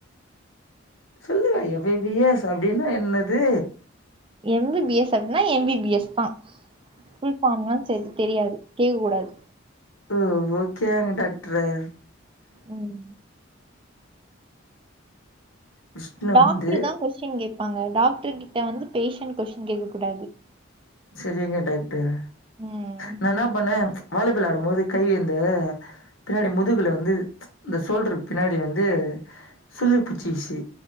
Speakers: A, on the left; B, on the right.
A: சொல்லுங்க எம் பி பி எஸ் அப்படின்னா என்னது
B: எம் பி பி எஸ் அப்படின்னா எம் பி பி எஸ் தான் ல்பார்ம் சரி தெரியாது கேக்கூடாது
A: ஓ ஓகேங்க டாக்டர்
B: ம்
A: விஷ்ணு
B: டாக்டர்
A: வந்து
B: தா கொஸ்டின் கேட்பாங்க டாக்டர் கிட்ட வந்து பேஷன்ட் கொஸின் கேட்க கூடாது
A: சரிங்க டாக்டர்
B: ம்
A: நான் என்ன பண்ணேன் வாலிபால் ஆடும்போது கை எந்த பின்னாடி முதுகுல வந்து இந்த சோல்டர்க்கு பின்னாடி வந்து சுலுக்கு புடிச்சுச்சு